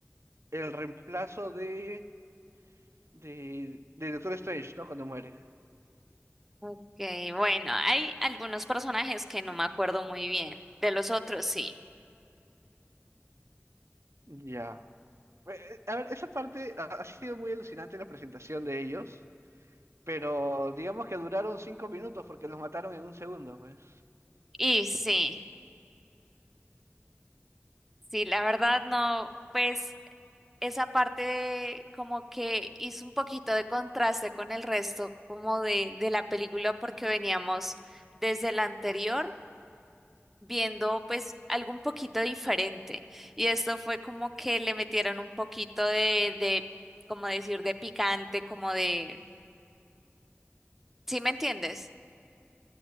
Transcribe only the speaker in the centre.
Ok, bueno, hay algunos personajes que no me acuerdo muy bien, de los otros sí.
Y sí, sí, la verdad no, pues esa parte como que hizo un poquito de contraste con el resto como de, de la película porque veníamos desde la anterior viendo pues algo un poquito diferente. Y esto fue como que le metieron un poquito de, de, como decir, de picante, como de, ¿sí me entiendes?